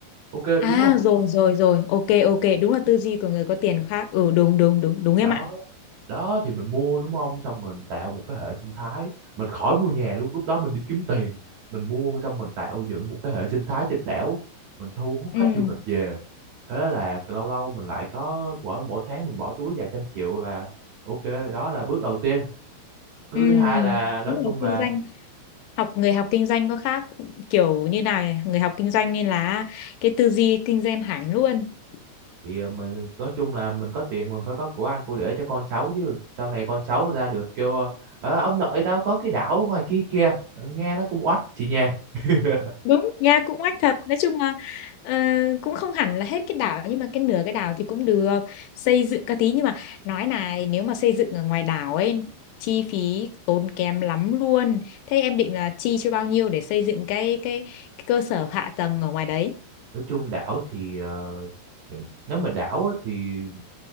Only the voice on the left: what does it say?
À
rồi rồi rồi, ok ok, đúng là tư duy của người có tiền khác. Ừ đúng đúng đúng đúng em
ạ.
Ừ
ừ
đúng
là kinh
doanh, học người học kinh doanh có khác kiểu như nào nhỉ? Người học kinh doanh nên là cái tư duy kinh doanh hẳn luôn.
đúng ra cũng oách thật nói chung là ờ, cũng không hẳn là hết cái đảo nhưng mà cái nửa cái đảo thì cũng được xây dựng các tí nhưng mà nói này nếu mà xây dựng ở ngoài đảo ấy chi phí tốn kém lắm luôn thế em định là chi cho bao nhiêu để xây dựng cái cái, cái cơ sở hạ tầng ở ngoài đấy